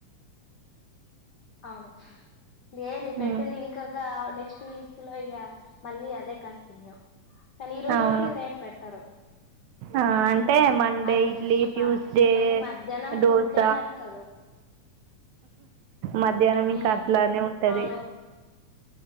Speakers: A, on the left; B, on the right.
A: అవును డైలీ పెట్టింది
B: మ్మ్
A: ఇంకొక నెక్స్ట్ వీక్ లో ఇగ మళ్ళీ అదే కంటిన్యూ కానీ ఈ రోజు
B: అవును
A: పెట్టింది రేపు పెట్టరు
B: ఆ అంటే మండే
A: అదొక
B: ఇడ్లీ
A: సిస్టమ్
B: ట్యూస్డే
A: బాగా అనిపిస్తుంది కానీ మధ్యాహ్నం
B: దోశ
A: ఫుడ్డే నచ్చదు
B: మధ్యాహ్నం ఇంకా
A: ఉమ్
B: అట్లానే ఉంటది
A: అవును